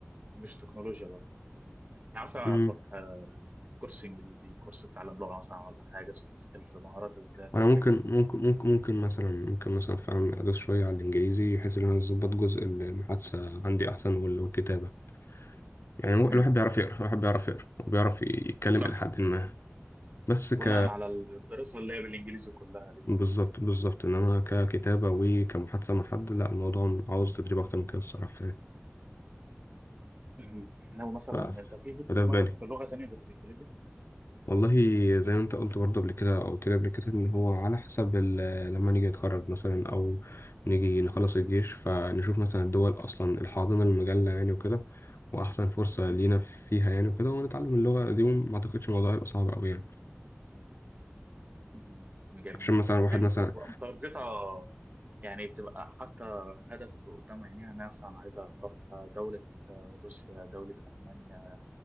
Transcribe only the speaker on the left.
امم
انا
ممكن
ممكن ممكن ممكن مثلا ممكن مثلا فعلا ادوس شويه على الانجليزي بحيث ان انا اظبط جزء المحادثه عندي احسن وال- والكتابه يعني مو-
الواحد بيعرف يقرا الواحد بيعرف يقرا وبيعرف يتكلم
الى حد ما بس
ك
بالظبط بالظبط انما ككتابة وكمحادثة مع حد لا الموضوع عاوز تدريب اكتر من كده الصراحة يعني
ف- ف-
فده
في بالي
والله زي ما انت قلت برضه قبل كده او قلت لي قبل كده ان هو على حسب ال- لما نيجي نتخرج مثلا او نيجي نخلص الجيش فنشوف مثلا الدول اصلا الحاضنة المجلة يعني وكده واحسن فرصة
لينا فيها يعني وكده ونتعلم اللغة دي وما اعتقدش الموضوع هيبقى صعب قوي يعني
عشان
مثلا واحد
مثلا